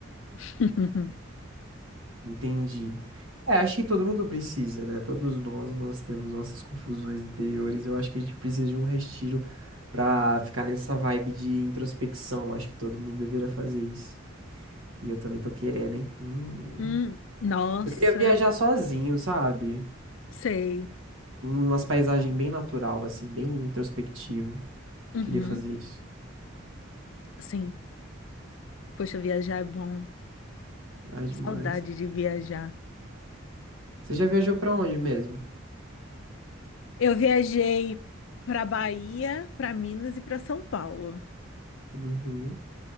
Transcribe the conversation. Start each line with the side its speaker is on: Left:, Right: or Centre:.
Left: <laughs>
Right: entendi. É, acho que todo mundo precisa, né? Todos nós, nós temos nossas confusões interiores. Eu acho que a gente precisa de um retiro pra ficar nessa vibe de introspecção. Acho que todo mundo deveria fazer isso. E eu também tô querendo, hein? Hum.
Left: Hum, nossa,
Right: Eu queria viajar sozinho, sabe?
Left: sei.
Right: Umas paisagens bem natural, assim, bem introspectiva.
Left: Uhum,
Right: Queria fazer isso.
Left: sim. Poxa, viajar é bom.
Right: Ah, demais.
Left: Saudade de viajar.
Right: Você já viajou pra onde mesmo?
Left: Eu viajei para Bahia, para Minas e para São Paulo.
Right: Uhum.